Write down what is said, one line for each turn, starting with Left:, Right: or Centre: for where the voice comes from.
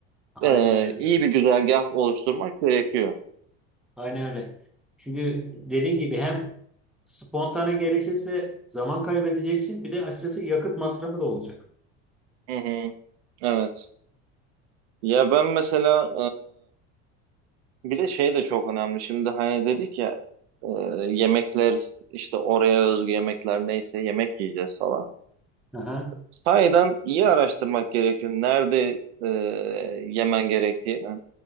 Centre: Aynen
Right: e,
Centre: öyle.
Right: iyi bir güzergah oluşturmak gerekiyor.
Centre: Aynen öyle. Çünkü dediğim gibi hem spontane gelişirse zaman kaybedeceksin bir de açıkçası yakıt masrafı da olacak.
Right: Hı hı, evet. Ya ben mesela e, bir de şey de çok önemli. Şimdi hani dedik ya e, yemekler işte oraya özgü yemekler neyse yemek yiyeceğiz falan.
Centre: Aha,
Right: Sahiden iyi araştırmak gerekiyor. Nerede e, yemen gerektiğini.